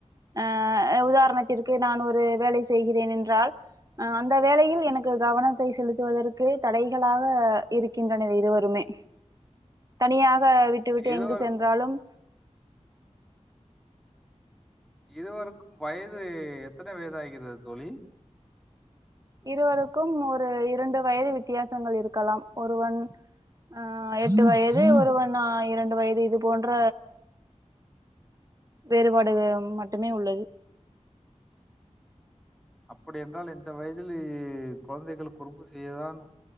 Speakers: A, on the right; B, in the centre.
A: ஆ உதாரணத்திற்கு நான் ஒரு வேலை செய்கிறேன் என்றால் ஆ அந்த வேலையில் எனக்கு கவனத்தை செலுத்துவதற்கு தடைகளாக இருக்கின்றனர் இருவருமே தனியாக் க விட்டு விட்டு
B: இருவர்
A: எங்கு சென்றாலும்
B: இருதுவரைக்கும் வயது எத்தனை வயது ஆகிறது தோழி
A: இருவருக்கும் ஒரு இரண்டு வயது வித்தியாசங்கள் இருக்கலாம் ஒருவன் அஹ் எட்டு வயது ஒருவன் இரண்டு வயது இது போன்ற வேறுபாடு மட்டுமே உள்ளது
B: அப்படி என்றால் இந்த வயதில் கொழந்தைகள் குறும்பு செய்யதான்